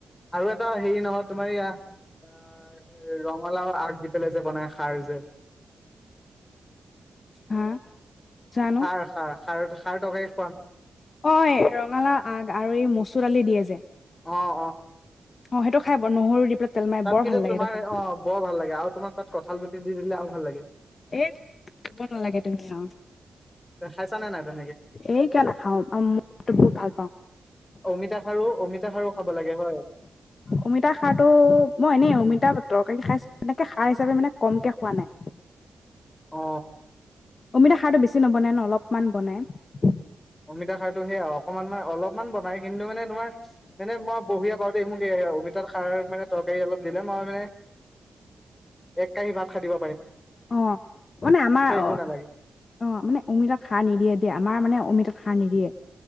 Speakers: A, on the left; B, on the left.
A: আৰু এটা হেৰি নহয় তোমাৰ ইয়া অ ৰঙালাওৰ আগ দি পেলাই যে বনাই খাৰ যে
B: হা জানো
A: সাৰ সাৰ সাৰ সাৰ টৰকাৰি
B: অ ৰঙালাও আগ আৰু এই মচুৰ আলি দিয়ে যে
A: অ', অ'।
B: অ সেইটো খাই ব নহৰু দি পেলাই তেল মাৰি
A: তাত
B: বৰ
A: কিন্ত
B: ভাল লাগে
A: তোমাৰ
B: সেইটো খাই
A: অ বৰ ভাল লাগে আৰু তোমাৰ তাত কঠাল পিন্দি দিলে আৰু ভাল লাগে
B: এ কুব নালাগে তুমি আহ
A: খাইছানে নাই তেনেকে?
B: এই কিয় নাখাও মটো বহুত ভাল পাওঁ
A: অমিতা খাৰু অমিতা খাৰু খাব লাগে হয়
B: অমিতা খাৰটো মই এনেই অমিতা বত খাই এনেকে খাৰ হিচাপে মানে কমকে খোৱা নাই
A: অ'।
B: অমিতা সাৰটো বেছি নবনায় ন অলপমান বনায়
A: অমিতা খাৰটো সেয়া অকণমান ম অলপমান বনাই কিন্তু মানে তোমাৰ মানে মই বহিয় আ কৰতে মোক অমিতাৰ খাৰ মানে তৰকাৰী অলপ দিলে মই মানে এক কহি ভাত খাটিব
B: অ মানে আমাৰ
A: একো
B: অ
A: নালাগে
B: অ মানে অমিতত সাৰ নিদিয়ে দে আমাৰ মানে অমিত ম নডিয়ে